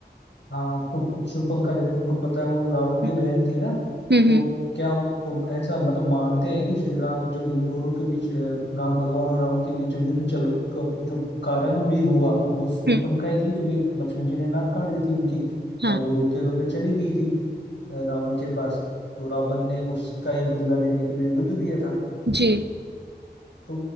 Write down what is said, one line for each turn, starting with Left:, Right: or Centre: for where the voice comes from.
Left: हाँ तो शूर्पणखा जैसे तुमको पता है वो रावण की
Right: हम्म
Left: बहन थी ना
Right: हम्म
Left: तो क्या तो ऐसा मतलब मानते हैं कि श्री राम जब इन दोनों के बीच अ, राम भगवान और रावण के बीच जब युद्ध चल का जो कारण भी हुआ वो शूर्पणखा
Right: हम्म,
Left: ही थी क्योंकि लक्ष्मण जी ने नाक काट दी थी उनकी
Right: हाँ
Left: और वो रोते रोते चली गई थी अ, रावण के पास तो रावण ने उसका ही बदला लेने के लिए युद्ध किया था
Right: जी
Left: तो